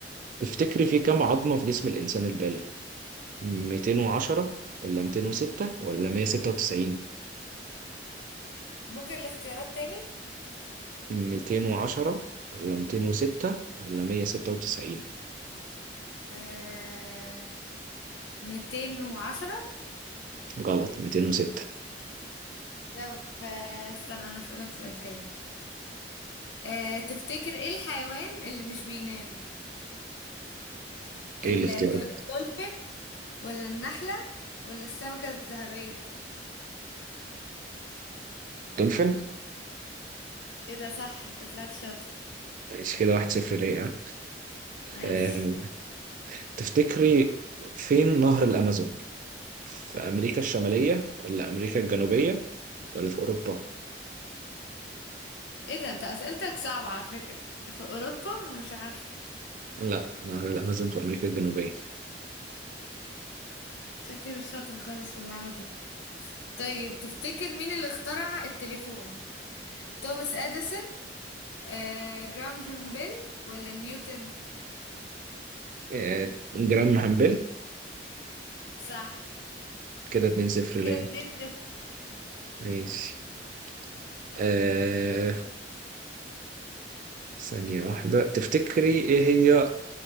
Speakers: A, on the right; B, on the left.
A: تفتكري في كام عظمه في جسم الانسان البالغ 210 ولا 206 ولا 196
B: ممكن الاختيارات تاني
A: 210 ولا 206 ولا 196
B: آه... 210
A: غلط 206
B: طب آه... استنى أنا هسألك سؤال تاني آه... تفتكر ايه الحيوان اللي مش بينام
A: ايه
B: الدو-
A: الاختيار
B: الدولفين ولا النحلة ولا السمكة الذهبية
A: دولفين
B: ايه ده صح انت طلعت شاطر
A: ماشي كده واحد صفر ليه ها؟
B: ماشي
A: أه تفتكري فين نهر الامازون في أمريكا الشمالية ولا أمريكا الجنوبية ولا في أوروبا؟
B: ايه ده انت اسئلتك صعبة على فكرة في اوروبا انا مش عارفة
A: لا نهر الأمازون في أمريكا الجنوبية
B: شكلي مش شاطر خالص في اللعبة دي طيب تفتكر مين اللي اخترع التليفون توماس اديسون آه، جراهام بيل ولا نيوتن
A: آه، جرام محمبل
B: صح
A: كده 2-0 ليا
B: كده اتنين صفر
A: ماشي آه ثانية واحدة تفتكري إيه هي